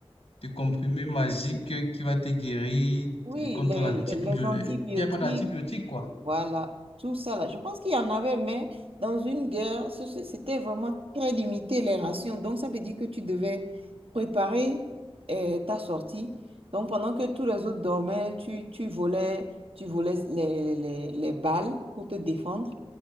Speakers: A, on the left; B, on the right.
A: de comprimé magique qui va te guérir
B: Oui,
A: de- contre
B: les,
A: l'antibiotique.
B: les- les antibiotiques,
A: Il n'y a pas d'antibiotique quoi.
B: voilà, tout ça là. Je pense qu'il y en avait, mais dans une guerre, ce- ce- c'était vraiment très limité les rations. Donc, ça veut dire que tu devais préparer euh, ta sortie. Donc, pendant que tous les autres dormaient, tu, tu volais, tu volais les, les, les balles pour te défendre.